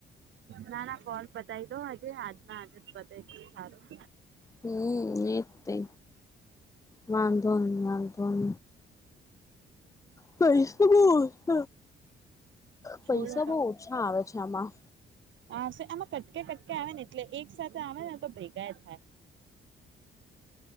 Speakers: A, on the right (about 70°); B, on the left (about 15°).
A: ના ના કોલ પતાય દો આજે આજના આજ પતાયતો સારું.
B: હમ એજ તે. વાંધોન વાંધોન. પૈસા બ <unintelligible> પૈસા
A: બોલો
B: બહ ઓછા આવે છે આમાં.
A: આવસે આમાં કટકે કટકે આવે ને એટલે એક સાથે આવે ને તો ભેગા થાય.